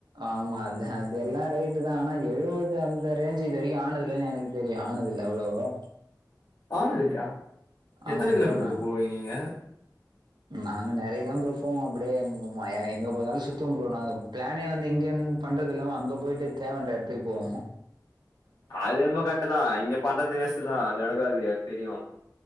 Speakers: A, on the right; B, on the left.
A: ஆமா அந்த அது எல்லா ரைட்டு் தா ஆனா எழுவது அந்த ரேஞ்சு இது வரைக்கு ஆனதுல்லனு எனக் வெரியு ஆனது இல்ல அவ்ளவா
B: ஆனதில்லயா
A: ஆமா
B: எத்தன கிலோமீட்டர்கு
A: ப்ரோ நா
B: போவிங்க நீங்க
A: நாங்க நறைய தா ப்ரோ ஃபோ அப்டேயே <unintelligible> எங்க போதாலு சுத்தம் ப்ரோ நாங்க பிளானே வந்து இங்கந் பண்றது இல்லாம அங்க போயிட்டு தேவன்ற எடத்துக்கு போவே
B: அது என்மோ கரெட்டுதா இங்க பண்றது வேஸ்ட்தா அது நடக்காது தெரியு